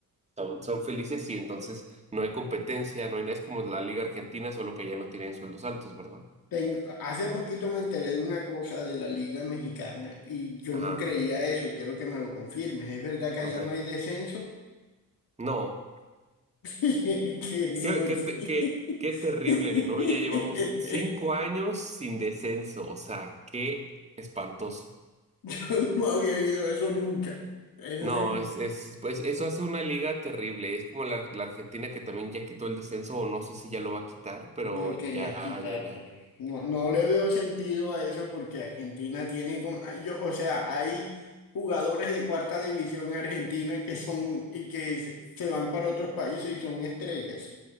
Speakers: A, on the right; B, on the left.
A: son, son felices y entonces no hay competencia, no hay nada. Es como la Liga Argentina, solo que ya no tienen sueldos altos, ¿verdad?
B: Ten- hace poquito me enteré de una cosa de la Liga Mexicana y yo
A: Ajá,
B: no creía eso, quiero que me lo confirmes. ¿Es verdad que
A: ok.
B: allá no hay descenso?
A: No.
B: <laughs> Que eso
A: Qué,
B: no
A: qué,
B: tiene...
A: te- qué, qué terrible,
B: <laughs>
A: ¿no? Ya llevamos cinco años sin descenso, o sea, qué espantoso.
B: Yo no había oído eso nunca. Eso
A: No,
B: sí,
A: es, es, pues eso hace una liga terrible. Es como la, la Argentina que también ya quitó el descenso, o no sé si ya lo va a quitar, pero
B: me lo
A: ya,
B: querían quitar.
A: ya, ya.
B: pero No, no le veo sentido a eso porque Argentina tiene como... ay, Yo, o sea, hay jugadores de cuarta división en Argentina que son... y que se se van para otros países y son estrellas.